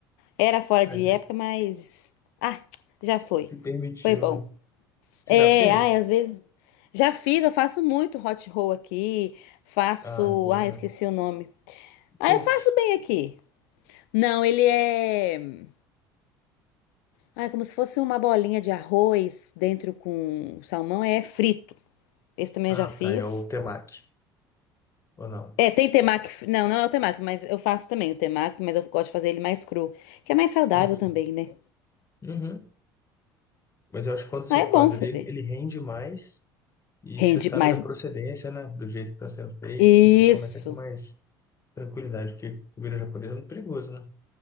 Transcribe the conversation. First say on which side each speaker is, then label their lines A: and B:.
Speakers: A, on the left; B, on the left.
A: Era fora
B: Aí,
A: de época, mas. Ah, já
B: se
A: foi.
B: permitiu,
A: Foi bom.
B: né? Você
A: É,
B: já fez?
A: ai, às vezes. Já fiz, eu faço muito hot roll aqui. Faço.
B: Ah, é bom,
A: Ai, esqueci
B: né?
A: o nome. Ah,
B: Poke.
A: eu faço bem aqui. Não, ele é. Ah, é como se fosse uma bolinha de arroz dentro com salmão, é frito. Esse também
B: Ah,
A: eu já fiz.
B: tá. É o temaki. Ou não?
A: É, tem temaki, f- não, não é o temaki, mas eu faço também o temaki, mas eu gosto de fazer ele mais cru, que é mais saudável
B: Uhum.
A: também, né?
B: Uhum. Mas eu acho que quando você
A: Ah, é
B: faz
A: bom fazer.
B: ali, ele, ele rende mais e
A: Rende
B: você sabe
A: mais.
B: da procedência, né? Do jeito que está sendo feito,
A: Isso,
B: tudo você come até com mais tranquilidade, porque comida japonesa é muito perigoso, né?